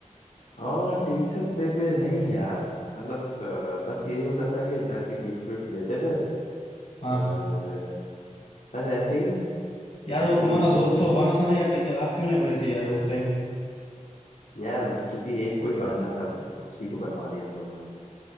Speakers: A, on the left; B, on the left.
A: और टीचर्स डे पे नहीं यार मतलब अ, बस यही होता था कि जाके गिफ्ट विफ्ट देते थे
B: हाँ
A: और अ, बस ऐसे ही
B: यार
A: Happy
B: वो तुम्हारा
A: teachers
B: दोस्त
A: day
B: तो बना था ना यार टीचर आप क्यों नहीं बने थे यार उस टाइम
A: यार किसी एक को ही बनना था तो उसी को बनवा दिया हम लोगों ने